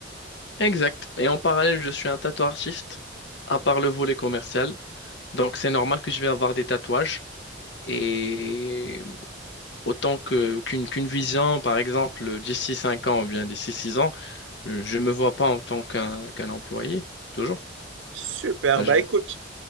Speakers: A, on the left; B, on the right.
A: Exact. Et en parallèle, je suis un tatoueur artiste, à part le volet commercial. Donc c'est normal que je vais avoir des tatouages. Et autant que qu'une qu'une vision, par exemple, d'ici 5 ans ou bien d'ici 6 ans, euh, je ne me vois pas en tant qu'un qu'un employé. Toujours.
B: Super.
A: Bah,
B: Bah
A: je-
B: écoute.